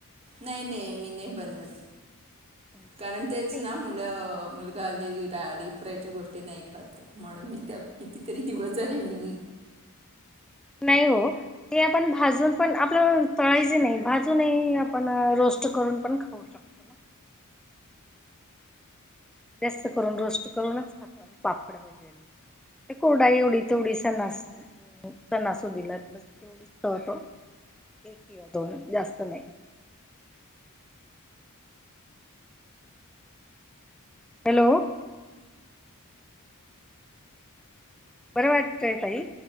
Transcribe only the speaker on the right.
नाही नाही मी नाही बनवत.
कारण
तेच ना आपला मुलगा ल‌ई डिप फ्रायच्या गोष्टी नाही खात. म्हणून मी त्या, कितीतरी दिवस आले मी